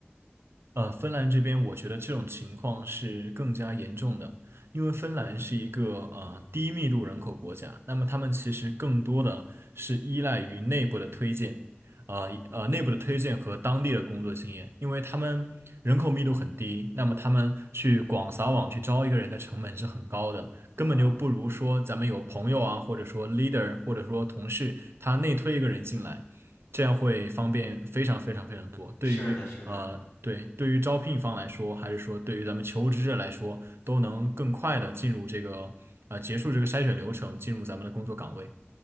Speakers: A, on the right; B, on the left.
A: 呃，芬兰这边，我觉得这种情况是更加严重的，因为芬兰是一个呃低密度人口国家，那么他们其实更多的是依赖于内部的推荐，呃呃内部的推荐和当地的工作经验，因为他们人口密度很低，那么他们去广撒网去招一个人的成本是很高的，
B: 啊，
A: 根本就不如说咱们有朋友啊，或者说 leader，或者说同事，他内推一个人进来。这样会方便非常非常非常多。对于呃，
B: 是的，是的。
A: 对，对于招聘方来说，还是说对于咱们求职者来说，都能更快的进入这个呃，结束这个筛选流程，进入咱们的工作岗位。